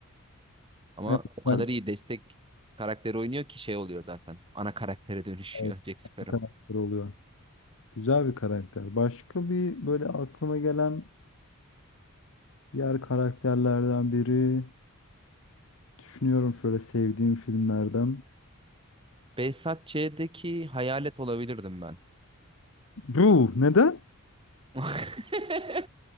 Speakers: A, on the right; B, on the left.
A: Ama
B: Evet,
A: o kadar
B: ben-
A: iyi destek karakteri oynuyor ki şey oluyor zaten. Ana karaktere dönüşüyor
B: evet,
A: <laughs> Jack Sparrow.
B: bir karakter oluyor. Güzel bir karakter. Başka bir böyle aklıma gelen diğer karakterlerden biri düşünüyorum şöyle sevdiğim filmlerden.
A: Behzat Ç'deki hayalet olabilirdim ben.
B: Bu neden?
A: <laughs>